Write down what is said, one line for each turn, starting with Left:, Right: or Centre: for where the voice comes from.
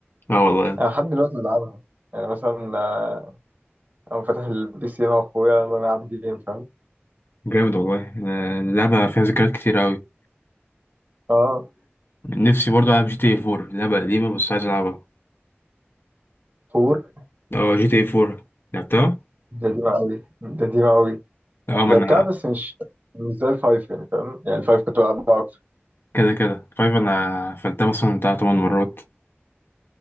Left: اه والله
Right: أنا لحد دلوقتي بلعبها يعني مثلا آه، أنا فاتح البي سي أنا وأخويا يلا نلعب جيم فاهم
Left: جامد والله أنا اللعبة فيها ذكريات كتير أوي
Right: اه
Left: نفسي برضه ألعب جي تي اي فور لعبة قديمة بس عايز ألعبها
Right: فور
Left: اه جي تي اي فور لعبتها؟
Right: ده دي قوي ده دي قوي
Left: اه ما
Right: لعبتها
Left: أنا
Right: بس مش مش زي الفايف يعني فاهم يعني الفايف كنت بلعبها اكتر
Left: كده كده فايف أنا فلتها مثلا بتاع تمن مرات